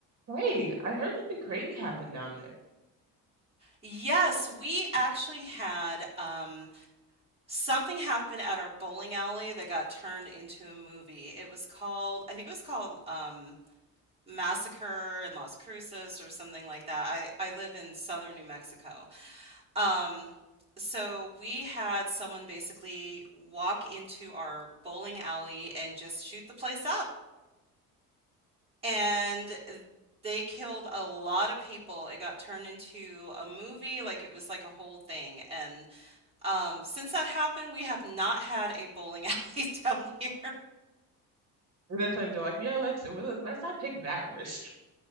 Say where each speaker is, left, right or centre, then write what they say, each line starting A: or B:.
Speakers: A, on the right (about 45°); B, on the right (about 15°).
A: Hey, I heard something crazy happened down there.
B: Yes, we actually had um, something happen at our bowling alley that got turned into a movie. It was called, I think it was called um, Massacre in Las Cruces or something like that. I, I live in southern New Mexico. Um, so we had someone basically walk into our bowling alley and just shoot the place up. And they killed a lot of people. It got turned into a movie, like it was like a whole thing. And Um, since that happened, we have not had a bowling alley <laughs> down here.
A: And that's when they're like, yeah, let's well, let's not take that risk. <laughs>